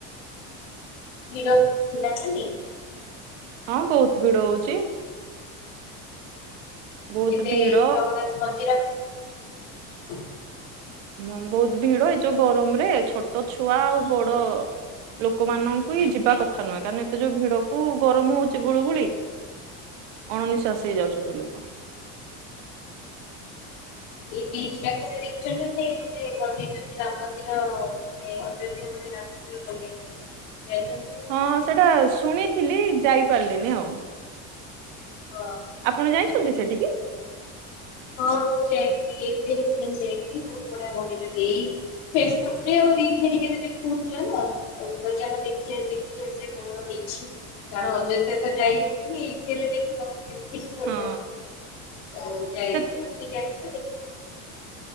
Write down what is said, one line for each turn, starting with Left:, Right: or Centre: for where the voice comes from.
Left: ଭିଡ ଥିଲା ନା ନାଇ?
Right: ହଁ ବହୁତ୍ ଭିଡ ହଉଚି। ବହୁତ
Left: ଏବେ
Right: ଭିଡ
Left: ଜଗନ୍ନାଥ୍ ମନ୍ଦିର। <unintelligible>
Right: ହଁ ବହୁତ ଭିଡ ଏ ଯୋଉ ଗରମ ରେ ଛୋଟ ଛୋଟ ଛୁଆ ଆଉ ବଡ ଲୋକମାନଙ୍କୁ ହିଁ ଯିବା କଥା ଥା ନୁହଁ କାରଣ ଏତେ ଯୋଉ ଭିଡକୁ ଗରମ ହଉଛି। ଏତେ ଗୁଳୁଗୁଳି ଅଣ ନିିଶ୍ଵାସ ହେଇ ଯାଉଚନ୍ତି ଲୋକ।
Left: ଏଇ ବିଚ ପାଖରେ ଦେଖିଛନ୍ତି ନାାଇ ଗୋଟେ ଖୋଲି ବେଇଛନ୍ତି ରାମ ମନ୍ଦିର ଏଇ ଅଜାତିଆ ଗୁଡ଼େ ରାମ ମନ୍ଦିର ବନେଇ ଚନ୍ତି।
Right: ହଁ ସେଟା ଶୁଣିଥିଲି ଯାଇପାରିଲିନି ଆଉ।
Left: ହଁ।
Right: ଆପଣ ଯାଇଛନ୍ତି ସେଠିକି?
Left: ହଁ ମୁ ଯାଇଥିଲି ଏବେ ରି ସେଣ୍ଟିଲ ଯାଇକି ବହୁତ ବଡ଼ିଆ ବନେଇଚନ୍ତି। ଫେସବୁକ୍ ରେ ଆ ରିଲ୍ହେରିକାରେ ଦେଖଥିଲେ ନା ଆଉ ଗଜ ଦେଖି ଠିକ ଅଛି ସେ କଣ ଦେଇଛି କାରଣ ଅଯୋଧ୍ୟ ତ ଯାଇ ହଉନି ଏଇଠି ହେଲେ ଦେଖିଦବ। ଯାଇୁ
Right: ହଁ
Left: <unintelligible>
Right: ସେ